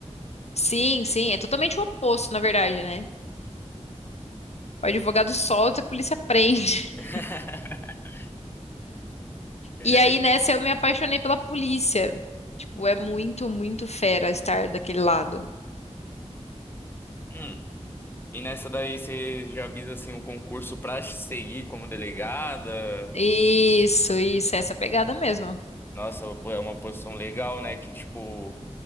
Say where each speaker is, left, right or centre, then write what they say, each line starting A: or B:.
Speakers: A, on the left (about 65°); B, on the left (about 20°).
A: Sim, sim, é totalmente o oposto, na verdade, né? O advogado solta e a polícia prende.
B: <laughs>
A: <laughs>
B: É
A: E aí
B: isso.
A: nessa eu me apaixonei pela polícia. Tipo, é muito, muito fera estar daquele lado.
B: Hum. E nessa daí você já visa assim um concurso pra seguir como delegada?
A: Isso, isso, é essa pegada mesmo.
B: Nossa, pô, é uma posição legal, né? Que tipo,